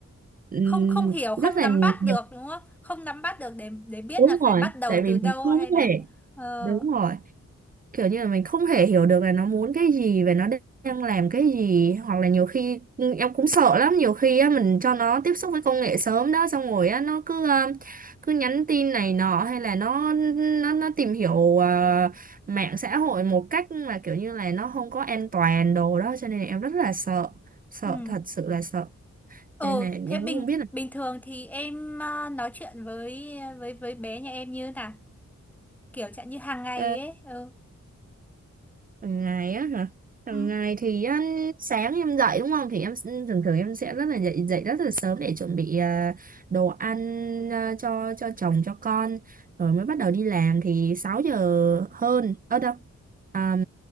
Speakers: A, on the right; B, in the centre.
A: ừm,
B: không không hiểu không
A: rất là
B: nắm
A: nhiều
B: bắt được đúng không không nắm bắt được để để biết
A: đúng
B: là
A: rồi
B: phải bắt đầu
A: tại vì
B: từ đâu
A: mình không
B: hay là
A: thể
B: ờ
A: đúng rồi kiểu như là mình không thể hiểu được là nó muốn cái gì và nó đang làm cái gì hoặc là nhiều khi em cũng sợ lắm nhiều khi á mình cho nó tiếp xúc với công nghệ sớm đó xong rồi á nó cứ ờ, cứ nhắn tin này nọ hay là nó nó nó tìm hiểu ờ, mạng xã hội một cách mà kiểu như là nó không có an toàn đồ đó cho nên là em rất là sợ sợ
B: ừ
A: thật sự là sợ
B: ừ
A: này này
B: thế
A: em
B: bình
A: cũng không biết là
B: bình thường thì em ờ, nói chuyện với với với bé nhà em như thế nào kiểu chẳng như hàng ngày
A: Ờ,
B: ấy ừ
A: hàng ngày á hả hàng
B: ừ
A: ngày thì á, sáng em dậy đúng không thì em s- thường thường em sẽ rất là dậy dậy rất là sớm để chuẩn bị à, đồ ăn à, cho cho chồng cho con rồi mới bắt đầu đi làm thì 6 giờ hơn ở đâu Àm,